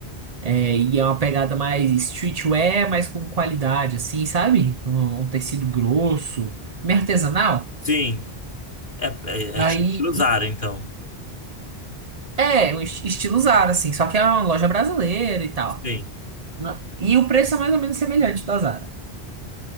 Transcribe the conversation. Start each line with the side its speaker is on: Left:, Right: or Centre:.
Right: É, e é uma pegada mais streetwear, mas com qualidade, assim, sabe? Um, um tecido grosso, meio artesanal.
Left: Sim, é, é,
Right: Aí.
Left: é estilo Zara, então.
Right: É, um es- estilo Zara, assim, só que é uma loja brasileira e tal.
Left: Sim,
Right: Na- E o preço é mais ou menos semelhante da Zara.